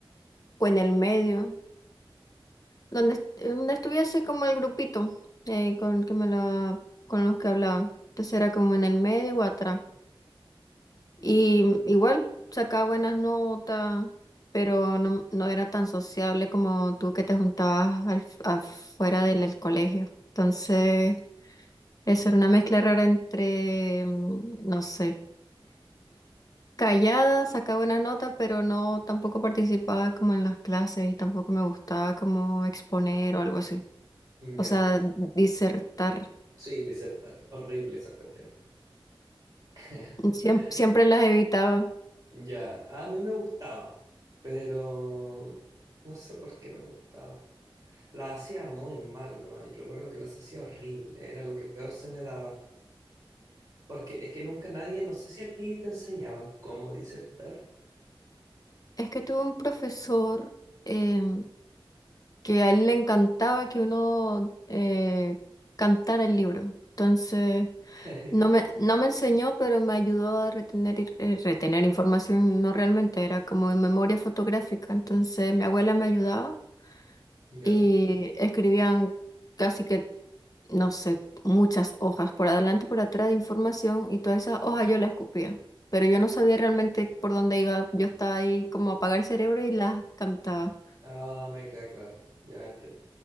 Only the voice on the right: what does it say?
ya.
Sí, disertar. Horrible esa cuestión. <laughs>
Ya, a mí me gustaba, pero no sé por qué me gustaba. Las hacía muy mal nomás. y Recuerdo que las hacía horrible, era lo que peor se me daba. Porque es que nunca nadie, no sé si a ti te enseñaban cómo disertar.
<laughs>
Ya,
ah, me queda claro, ya entiendo.